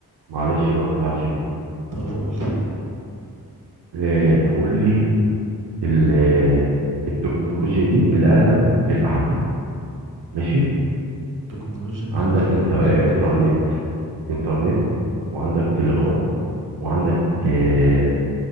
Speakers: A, on the right; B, on the right.
A: معلش بقى ما تزعلش مني
B: طب قول
A: آه تقول لي ال- التكنولوجيا دي من الأقدم للأحدث ماشي
B: تكنولوجيا من
A: عندك
B: آدم
A: انت
B: نفسه
A: آه، إنترنت إنترنت وعندك تلغراف وعندك آه،